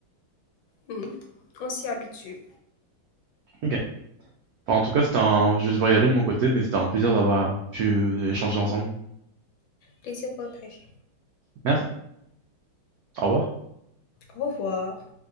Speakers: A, on the left (about 75°); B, on the right (about 80°).
A: Mmh On s'y habitue.
B: Ok. Enfin, en tout cas, c'était un... je devrais y aller de mon côté, mais c'était un plaisir d'avoir pu échanger ensemble.
A: Plaisir partagé.
B: Merci. Au revoir.
A: Au revoir.